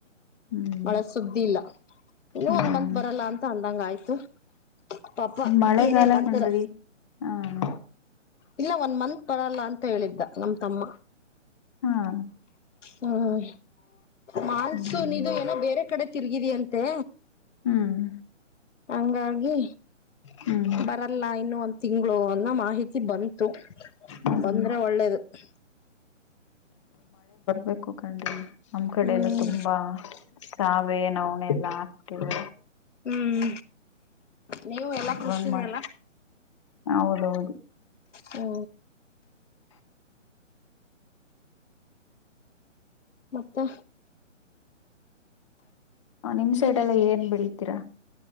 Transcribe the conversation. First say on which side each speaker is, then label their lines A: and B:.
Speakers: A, on the left; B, on the left.
A: ಹ್ಮ್
B: ಮಳೆ ಸುದ್ದಿ ಇಲ್ಲ ಇನ್ನು
A: ಹ್ಮ್
B: ಒಂದ್ ಮಂತ್ ಬರಲ್ಲ ಅಂತ ಅಂದಂಗ ಆಯ್ತು ಪಾಪ
A: ಮಳೆಗಾಲ
B: ಏನೇನ್ ಮಾಡ್ತಾರ
A: ಕಣ್ರಿ ಹಾ
B: ಇಲ್ಲ ಒಂದ ಮಂತ್ ಬರಲ್ಲ ಅಂತ ಹೇಳಿದ್ದ ನಮ ತಮ್ಮ
A: ಹಾ
B: ಹ್ಮ ಮಾಲ್ಸುನಿದು
A: ಹ್ಮ್
B: ಏನೋ ಬೇರೆ ಕಡೆ ತಿರ್ಗಿದಿ ಅಂತೆ
A: ಹ್ಮ್
B: ಹಂಗಾಗಿ
A: ಹ್ಮ್
B: ಬರಲ್ಲ ಇನ್ನು ಒಂದ ತಿಂಗಳು ಅನ್ನ ಮಾಹಿತಿ ಬಂತು
A: ಹ್ಮ್
B: ಬಂದ್ರೆ ಒಳ್ಳೇದು <unintelligible>
A: ಬೇಕು ಕಂಡ್ರಿ ನಮ್ ಕಡೆ
B: ಹ್ಮ್
A: ಎಲ್ಲ ತುಂಬಾ ಸಾವೇ ನವಣೆಲ್ಲಾ ಹಾಕ್ತವಿ
B: ಹ್ಮ್ ನೀವು ಎಲ್ಲಾ ಕಖೃಷಿನೆ
A: ಇವಾಗ ಮಾಡ
B: ಅಲ್ಲ
A: ಹೌದೌದು
B: ಹ್ಮ ಮತ್ತೆ
A: ನಿಮ ಸೈಡ್ ಎಲ್ಲ ಏನ್ ಬೆಳಿತೀರಾ